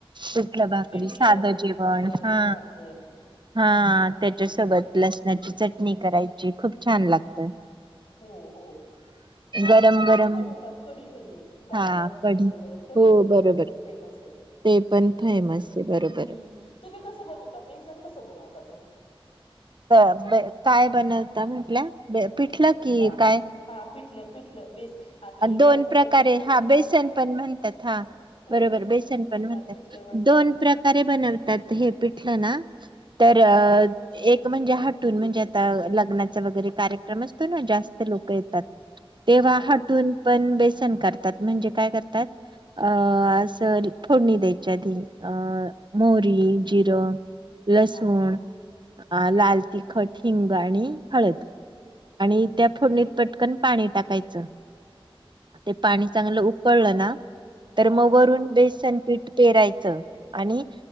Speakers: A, on the right; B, on the left.
A: पिठलं भाकरी
B: पिठलं
A: साधं जेवण
B: ज्वारीची
A: हा
B: भाकर.
A: हा त्याच्यासोबत लसणाची चटणी करायची खूप छान
B: अ
A: लागत
B: हो हो. आणि
A: गरम
B: कडी
A: गरम
B: पण बनवतात कढी भजे बा
A: हा
B: जुवारीच्या
A: कढी
B: भाकरीवर कढी
A: हो
B: भजे
A: बरोबर
B: पण खूप फेमस आहेत.
A: ते पण फेमस आहे बरोबर.
B: हम्म तुम्ही कसं बनवता बेसन कसं बनवता तुम्ही?
A: क ब काय बनवता म्हटल्या प- पिटलं की
B: अ
A: काय?
B: हा पिटलं पिटलं बेस आधी
A: दोन
B: काही ठिकाणी
A: प्रकारे
B: बेसन
A: हा
B: म्हणतात.
A: बेसन पण म्हणतात हा.
B: हो
A: बरोबर बेसन पण म्हणतात
B: पिठलं म्हणतात
A: दोन प्रकारे बनवतात हे पिठलं ना? तर अ
B: हा हा
A: एक म्हणजे हटून म्हणजे आता लग्नाचा वगैरे कार्यक्रम असतो ना जास्त लोक येतात तेव्हा
B: हा
A: हटून पण बेसन करतात म्हणजे काय करतात अ अस फोडणी द्यायच्या आधी अ मोरी जिरं लसूण
B: हा हा.
A: अ लाल तिखट हिंग आणि हळद आणि त्या फोडणीत पटकन पाणी टाकायचं. ते पाणी चांगलं उकळलं ना तर
B: हा
A: मग वरून
B: हा हा
A: बेसन
B: हा
A: पीठ पेरायचं आणि